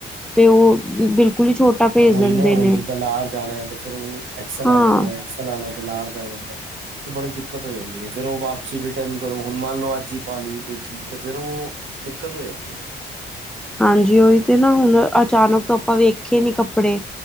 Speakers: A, in the centre; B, on the right.
A: ਤੇ ਉਹ ਬਿਲਕੁਲ ਹੀ ਛੋਟਾ ਭੇਜ
B: ਉਹੀ
A: ਦਿੰਦੇ
B: ਨਾ, ਹੁਣ
A: ਨੇ
B: ਜਿੱਦਾਂ ਲਾਰਜ ਆਣਾ ਐ ਤੇ ਫੇਰ ਉਹ ਐਕਸਲ
A: ਹਾਂ
B: ਆ ਜਾਂਦਾ ਐ। ਐਕਸਲ ਆਣਾ ਤੇ ਲਾਰਜ ਆ ਜਾਂਦੇ ਐ। ਤੇ ਬੜੀ ਦਿੱਕਤ ਹੋ ਜਾਂਦੀ ਐ, ਫਿਰ ਉਹ ਵਾਪਸੀ ਰਿਟਰਨ ਕਰੋ, ਹੁਣ ਮੰਨ ਲਓ ਅੱਜ ਈ ਪਾਨੀ ਕੋਈ ਚੀਜ਼ ਤੇ ਫਿਰ ਉਹ ਦਿੱਕਤ ਹੋ ਜਾਂ ਦੇ ਬੜੇ।
A: ਹਾਂਜੀ, ਉਹੀ ਤੇ ਨਾ ਹੁਣ ਅਚਾਨਕ ਤੋਂ ਆਪਾਂ ਵੇਖੇ ਨੀ ਕੱਪੜੇ।